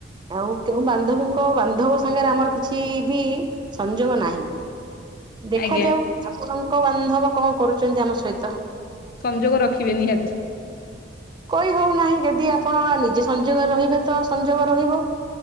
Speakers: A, on the right; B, on the left.
A: ଆଉ କେଉଁ ବାନ୍ଧବୀଙ୍କ ବାନ୍ଧବ ସାଙ୍ଗରେ ଆମର କିଛି ବି ସଂଯୋଗ ନାହିଁ। ଦେଖାଯାଉ
B: ଆଜ୍ଞା।
A: ଆପଣଙ୍କ ବାନ୍ଧବ କଣ କରୁଛନ୍ତି ଆମ ସହିତ।
B: ସଂଯୋଗ ରଖିବେ ନିହାତି?
A: କହି ହଉ ନାହିଁ ଯଦି ଆପଣ ନିଜେ ସଂଯୋଗରେ ରହିବେ ତ ସଂଯୋଗ ରହିବ।